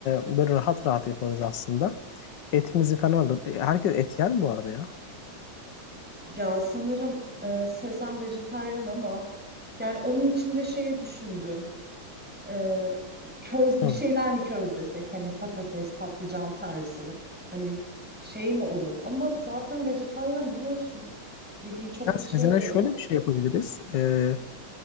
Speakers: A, on the left; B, in the centre.
A: böyle rahat rahat yaparız aslında. Etimizi falan alır. E, Herkes et yer mi bu arada ya?
B: Ya sanırım e, Sezen vejetaryen ama yani onun içinde şeyi düşündüm. E, köz bir
A: Hı.
B: şeyler mi közlesek hani patates, patlıcan tarzı hani şey mi olur? Ama zaten vejetaryen biliyorsun yediği çok
A: Ya
B: bir
A: Sezen'e
B: şey de yok.
A: şöyle bir şey yapabiliriz. Ee,